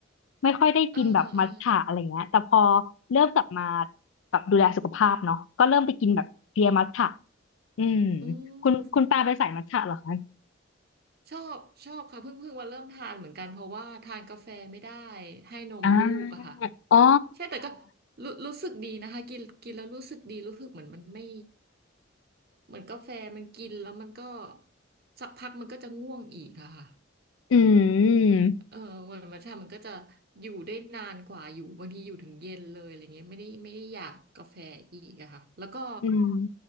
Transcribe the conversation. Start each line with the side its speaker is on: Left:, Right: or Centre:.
Left: ไม่ค่อยได้กินแบบมัทฉะอะไรเงี้ยแต่พอ
Right: เออเออ
Left: เริ่มกลับมาแบบดูแลสุขภาพเนาะก็เริ่มไปกินแบบเพลียมัทฉะอืม
Right: อืม
Left: คุณคุณปาเป็นสายมัทฉะเหรอคะ
Right: ชอบชอบค่ะเพิ่งเพิ่งมาเริ่มทานเหมือนกันเพราะว่าทานกาแฟไม่ได้ให้นมลูกอะค่ะ
Left: อ่าอ๋อ
Right: ใช่แต่ก็รู้รู้สึกดีนะคะกินกินแล้วรู้สึกดีรู้สึกเหมือนมันไม่เหมือนกาแฟมันกินแล้วมันก็สักพักมันก็จะง่วงอีกอะค่ะ
Left: อืม
Right: เออมันมันใช่มันก็จะอยู่ได้นานกว่าอยู่บางทีอยู่ถึงเย็นเลยอะไรเงี้ยไม่ได้ไม่ได้อยากกาแฟอีกอะค่ะแล้วก็
Left: อืม